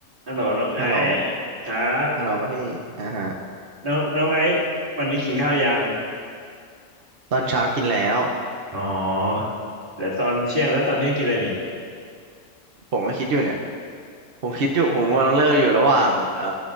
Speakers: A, on the right; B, on the right.
A: ฮัลโหลน้องไอซ
B: ฮัลโหล
A: ์ครับ
B: ฮัลโหลพี่อ่าฮะ
A: น้องน้องไอซ์วันนี้กินข้าวยัง
B: ตอนเช้ากินแล้ว
A: อ๋อแล้วตอนเที่ยงแล้วตอนเที่ยงกินอะไรนี่
B: ผมก็คิดอยู่เนี่ยผมคิดอยู่ผมกำลังเลือกอยู่ระหว่างเอ่อ
A: เออ